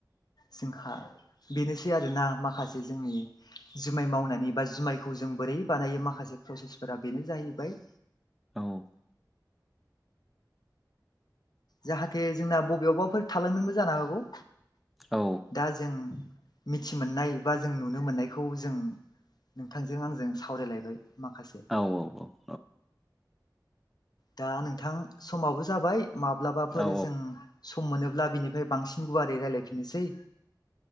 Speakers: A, on the left; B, in the centre.
A: जोंहा बेनोसै आरोना माखासे जोंनि जुमाय मावनानै बा जुमायखौ जों बोरै बानायो माखासे प्रसेसफोरा बेनो जाहैबाय
B: औ
A: जाहाथे जोंना बबेयावबाफोर थालांदोंबो जानो हागौ
B: औ
A: दा जों मिथि मोननाय बा जों नुनो मोननायखौ जों नोंथांजों आंजों सावरायलायबाय माखासे
B: औ औ औ
A: दा नोंथां समाबो जाबाय माब्लाबाफोर
B: औ
A: जों सम मोनोब्ला बिनिफ्राय बांसिन गुवारै रायलायफिननोसै